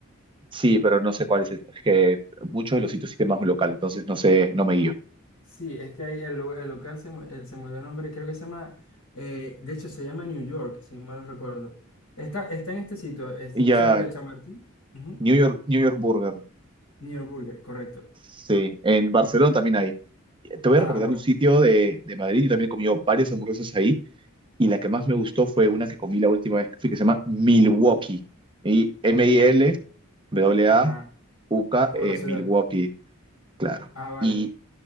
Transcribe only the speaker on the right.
Sí, pero no sé cuál es. Es que muchos de los sitios sí tienen más un local, entonces no sé, no me guío.
Ya,
New York, New York Burger.
Sí, en Barcelona también hay. Te voy
a recomendar
un sitio de, de
Madrid. Yo también he comido varias hamburguesas ahí. Y la que más me gustó fue una que comí la última vez que fui, que se llama Milwaukee. Y M-I-L,
W-A-U-K,
eh,
Milwaukee, claro.
Y,